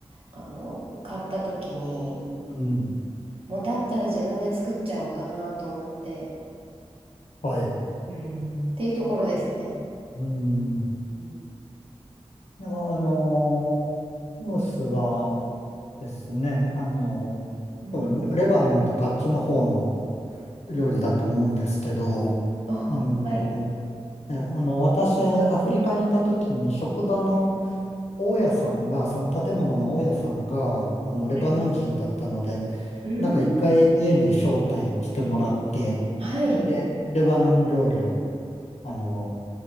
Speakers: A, on the right (about 60°); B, on the left (about 80°).
A: あの、買った時に、
B: うん。
A: もうだったら自分で作っちゃおうかなと思って、
B: はい。
A: うんっていうところですね。
B: うん。い
A: うん。
B: や、あのームースはですね、あのー多分レバノンとかあっちの方の
A: うん。
B: 料理だと思うんですけど、
A: ああ、
B: あの
A: はい。
B: ーねあの、私、アフリカにいた時に職場の大家さんが、その建物の大家さんが、あの、レバノン人だったので、
A: はい。うーん。
B: なんか一回家に招待してもらって、
A: はい。
B: で、レバノン料理を、あのー